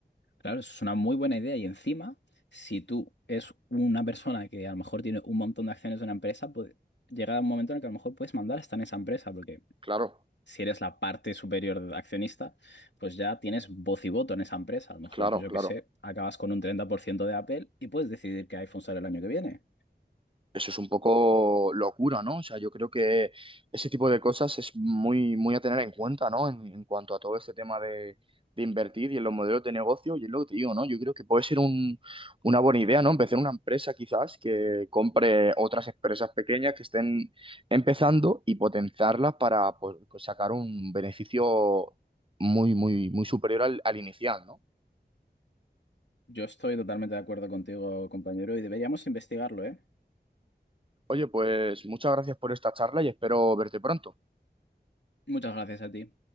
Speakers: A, on the left; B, on the right.
A: Claro, eso es una muy buena idea. Y encima, si tú es una persona que a lo mejor tiene un montón de acciones de una empresa, pues llega un momento en el que a lo mejor puedes mandar hasta en esa empresa, porque
B: Claro,
A: si eres la parte superior de accionista, pues ya tienes voz y voto en esa empresa. A lo mejor,
B: claro,
A: pues yo
B: claro.
A: qué sé, acabas con un 30% de Apple y puedes decidir qué iPhone sale el año que viene.
B: Eso es un poco locura, ¿no? O sea, yo creo que ese tipo de cosas es muy, muy a tener en cuenta, ¿no? En, en cuanto a todo este tema de, de invertir y en los modelos de negocio, y es lo que te digo, ¿no? Yo creo que puede ser un- una buena idea, ¿no? Empezar una empresa quizás que compre otras empresas pequeñas que estén empezando y potenciarlas para pues, sacar un beneficio muy, muy, muy superior al, al inicial, ¿no?
A: Yo estoy totalmente de acuerdo contigo, compañero, y deberíamos investigarlo, ¿eh?
B: Oye, pues muchas gracias por esta charla y espero verte pronto.
A: Muchas gracias a ti.